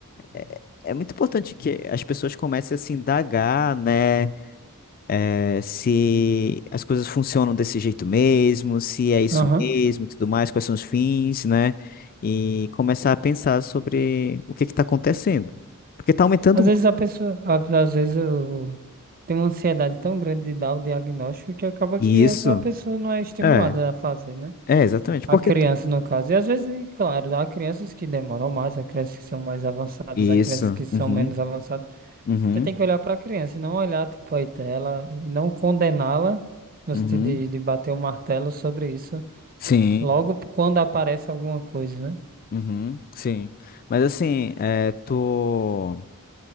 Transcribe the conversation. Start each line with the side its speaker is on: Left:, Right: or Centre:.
Left: é, é muito importante que as pessoas comecem a se indagar, né? eh, se as coisas funcionam desse jeito mesmo, se é isso
Right: Aham.
Left: mesmo e tudo mais, quais são os fins, né? E começar a pensar sobre o que está acontecendo. Porque tá aumentando
Right: Às
Left: muito.
Right: vezes a pessoa, a- às vezes eu tem uma ansiedade tão grande de dar o diagnóstico que acaba
Left: Isso.
Right: que é só a sua pessoa não é estimulada
Left: É,
Right: a fazer, né?
Left: é, exatamente.
Right: A
Left: Porque
Right: criança,
Left: tá
Right: no caso. E às vezes, e claro, há crianças que demoram mais, há crianças que são mais avançadas,
Left: isso.
Right: há crianças que são
Left: Uhum,
Right: menos avançadas.
Left: uhum,
Right: Você tem que olhar para a criança e não olhar, tipo, a tela e não condená-la no
Left: uhum.
Right: sentido de, de bater o martelo sobre isso
Left: Sim,
Right: logo quando aparece alguma coisa, né?
Left: uhum, sim. Mas assim, é, tu.